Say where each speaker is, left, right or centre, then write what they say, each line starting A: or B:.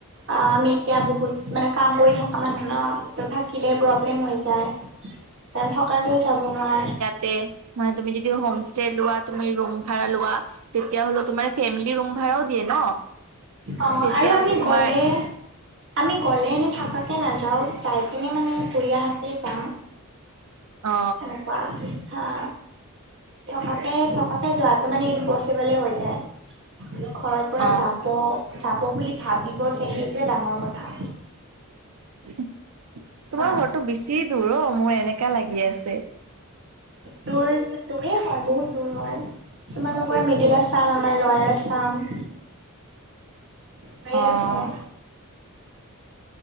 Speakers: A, on the right; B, on the right.
A: অ, আমি এতিয়া বহুত মানে কাম কৰি থকা মানুহ ন। ত থাকিলে প্ৰব্লেম হৈ যায়। নথকাকেও যাব নোৱা
B: তে মানে তুমি যদি হোম ষ্টে লোৱা, তুমি ৰুম ভাড়া লোৱা তেতিয়া হ'লে তোমাৰ ফেমিলি ৰুম ভাড়াও দিয়ে ন?
A: অ
B: তেতিয়াওতো
A: আৰু আমি
B: তোমাৰ
A: গ'লে আমি গ'লে এনেই থাকাকে নাযাওঁ। যাই কিনে মানে ঘূৰি আহাকেই যাম।
B: অ
A: সেনেকুৱা হা। থকাকে থকাকে যোৱাটো মানে ইমপচিবলে হৈ যায়। ঘৰৰ পৰা
B: অ
A: যাব। যাব বুলি ভাবিব যে সেইটোৱে ডাঙৰ কথা।
B: তোমাৰ
A: অ
B: ঘৰটো বেছি দূৰ অ মোৰ এনেকা লাগি আছে।
A: দূৰ দূৰে হয়। বহুত দূৰ হয়। তোমালোকৰ মিডিল আচাম, আমাৰ লয়াৰ আচাম। হৈ
B: অ
A: আছে, আ।